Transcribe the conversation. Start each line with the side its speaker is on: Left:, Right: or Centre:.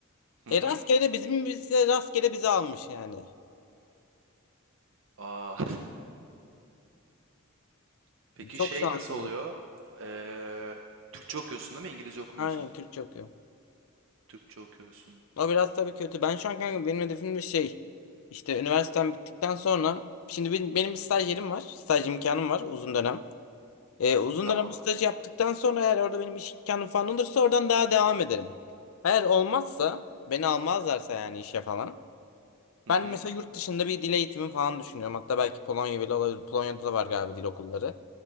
Right: Hı
Left: E
Right: hı.
Left: rastgele de bizim bize rastgele bizi almış yani.
Right: Aa. <laughs> Peki
Left: Çok
Right: şey
Left: şanssızlık.
Right: nasıl oluyor? Ee, Türkçe okuyorsun değil mi? İngilizce okumuyorsun.
Left: Aynen Türkçe okuyor.
Right: Türkçe okuyorsun.
Left: O biraz tabii kötü. Ben şu an kanka benim hedefim bir şey. İşte üniversitem bittikten sonra şimdi benim, benim bir staj yerim var. Staj imkanım var uzun dönem. E, uzun
Right: Tamam.
Left: dönem staj yaptıktan sonra eğer orada benim iş imkanım falan olursa oradan daha devam ederim. Eğer olmazsa beni almazlarsa yani işe falan.
Right: Hı
Left: Ben
Right: hı.
Left: mesela yurt dışında bir dil eğitimi falan düşünüyorum. Hatta belki Polonya bile olabilir. Polonya'da da var galiba dil okulları.